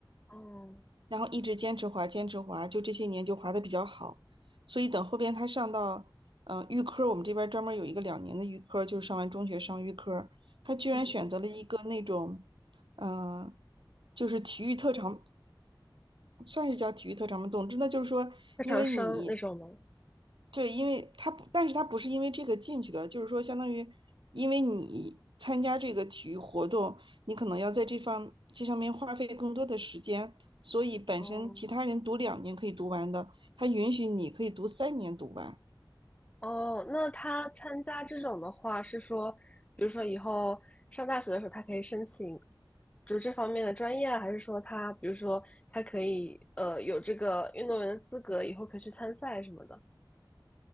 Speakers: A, on the left; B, on the right.
A: 哦，
B: 然后一直坚持滑，坚持滑，就这些年就滑的比较好。所以等后边他上到嗯，呃预科，我们这边专门有一个两年的预科，就是上完中学上预科，他居然选择了一个那种，
A: 嗯，
B: 嗯、呃就是体育特长。算是叫体育特长吗？总之呢，就是说，
A: 特长生那种吗？
B: 因为你对，因为他不，但是他不是因为这个进去的，就是说，相当于因为你参加这个体育活动，你可能要在这方这上面花费更多的时间，所以本身其他人读两年可以读完的，
A: 哦
B: 他允许你可以读三年读完。
A: 哦，那他参加这种的话，是说，比如说以后上大学的时候，他可以申请，就这方面的专业啊，还是说他，比如说他可以呃有这个运动员的资格，以后可以去参赛什么的？